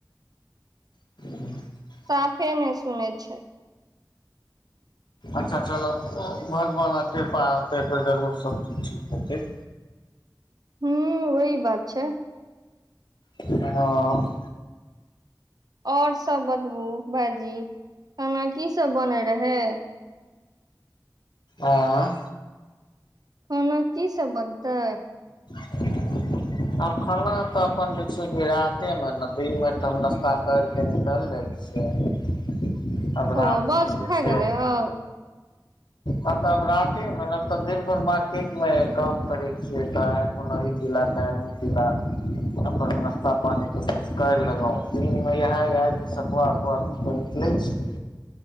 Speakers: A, on the left; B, on the right.
A: ह
B: साफे नय सुनै छै
A: अच्छा चलऽ भगवानक कृपा हेतै तऽ जरूर सबचीज ठीक हेतैे
B: हूं वहि बात छै
A: हँ
B: आओर सब बतबू भाइजी खाना की सब बनै रहै
A: एं
B: कोनो की सब बनतै
A: <unintelligible> आब खाना तऽ अपन जे छै कि राते मे ने दिन मे त हम नाश्ता करिके निकलि जाइ छी तब रात
B: ओ बस
A: मे जे
B: भए
A: छै
B: गेलै आब
A: हँ तऽब राते मे न तब दिन भर मार्केट मे काम करै से तऽ ए कोनो ई जिला काल्हि ओ जिला अपन नाश्ता पानी कोश कर लेलहुँं दिन मे इहे इहे सतुआ पिस कऽ निकलै छी